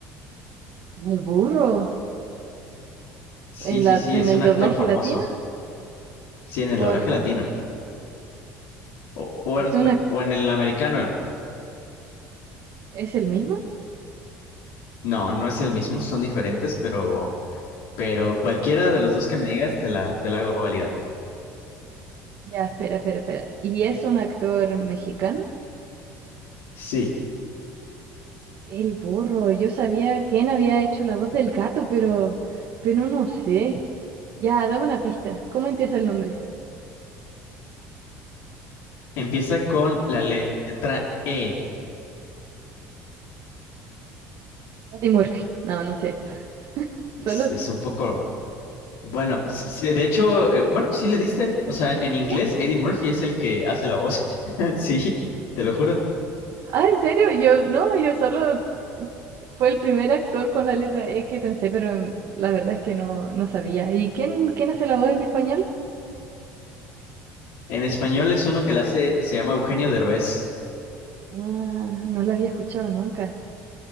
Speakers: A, on the right; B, on the left.
A: ¿El burro?
B: Sí,
A: ¿En
B: sí,
A: la,
B: sí,
A: en
B: es
A: el
B: un
A: doblaje
B: actor famoso.
A: latino?
B: Sí, en el
A: ¿O
B: doblaje
A: e-
B: latino. O, o
A: es
B: en,
A: una,
B: o en el americano.
A: es el mismo?
B: No, no es el mismo, son diferentes, pero, pero cualquiera de los dos que me digas te la, te la hago válida.
A: Ya, espera, espera, espera. ¿Y es un actor mexicano?
B: Sí,
A: El burro, yo sabía quién había hecho la voz del gato, pero, pero no sé. Ya, dame una pista. ¿Cómo empieza el nombre?
B: empieza con la letra E.
A: Eddie Murphy. No, no sé. Solo.
B: es es un poco... Bueno, sí- sí, de hecho, eh, bueno, sí le diste. O sea, en, en inglés
A: ¿Qué?
B: Eddie Murphy es el que hace la voz. <laughs> Sí, te lo juro.
A: Ah, ¿en serio? Yo, no, yo solo fue el primer actor con la letra E que pensé, pero mm, la verdad es que no, no sabía. ¿Y quién, quién hace la voz en español?
B: En español es uno que la hace, se llama Eugenio Derbez.
A: Ah, no la había escuchado nunca.